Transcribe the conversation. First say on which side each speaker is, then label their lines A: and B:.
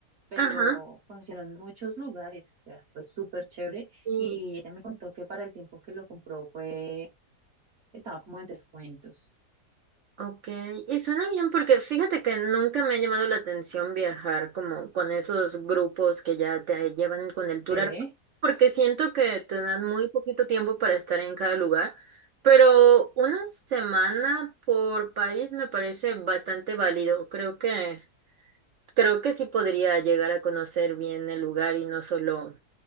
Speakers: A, on the right; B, on the right.
A: pero
B: Ajá.
A: conocieron muchos lugares, o sea, fue súper chévere.
B: sí.
A: Y ella me contó que para el tiempo que lo compró fue, estaba como en descuentos.
B: Ok, y suena bien porque fíjate que nunca me ha llamado la atención viajar como con esos grupos que ya te llevan con el tour,
A: Sí.
B: armado, porque siento que te dan muy poquito tiempo para estar en cada lugar, pero una semana por país me parece bastante válido. Creo que creo que sí podría llegar a conocer bien el lugar y no solo